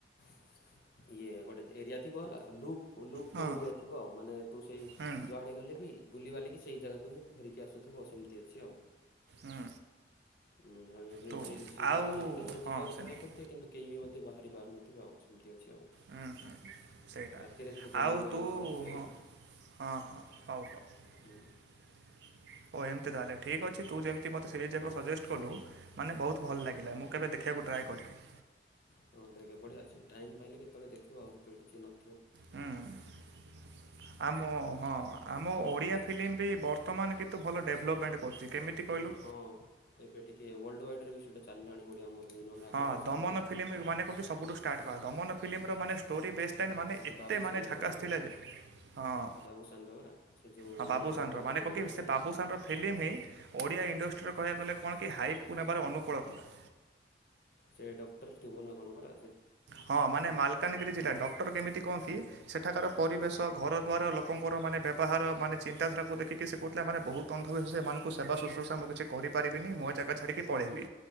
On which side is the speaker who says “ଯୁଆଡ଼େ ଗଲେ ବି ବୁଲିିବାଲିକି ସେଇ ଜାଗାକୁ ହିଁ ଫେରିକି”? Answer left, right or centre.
Left